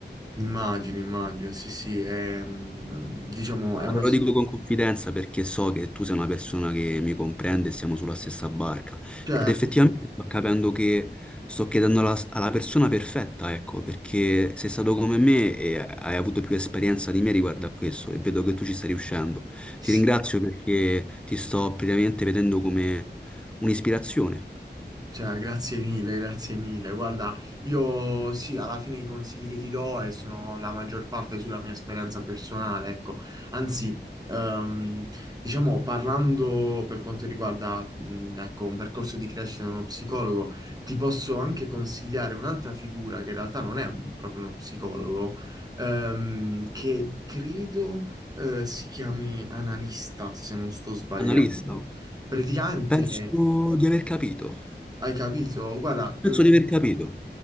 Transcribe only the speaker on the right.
immagino, immagino, sì, sì, è, mm, diciamo, è una...
so-,
Certo,
sì.
Sì.
Cioè, grazie mille, grazie mille. Guarda, io sì, alla fine i consigli che ti do e sono la maggior parte sulla mia esperienza personale, ecco. Anzi, ehm, diciamo, parlando per quanto riguarda, mh, ecco, un percorso di crescita di uno psicologo, ti posso anche consigliare un'altra figura che in realtà non è un- proprio uno psicologo, ehm, che credo, eh, si chiami analista, se non sto sbagliando.
Praticamente
hai capito? Guarda, eh,